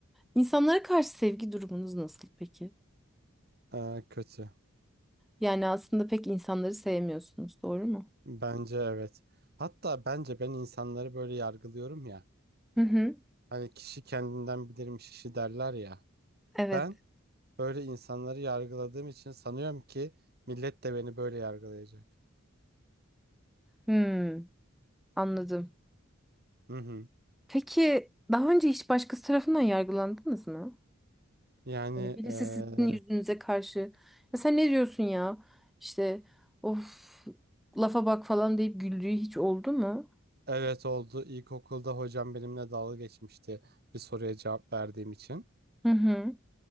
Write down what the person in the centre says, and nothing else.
İnsanlara karşı sevgi durumunuz nasıl peki?
Yani aslında pek insanları sevmiyorsunuz, doğru mu?
Hı hı.
Evet.
Hmm, anladım.
Peki daha önce hiç başkası tarafından yargılandınız mı?
Yani birisi
sizin yüzünüze karşı ya sen ne diyorsun ya? İşte of lafa bak falan deyip güldüğü hiç oldu mu?
Hı hı.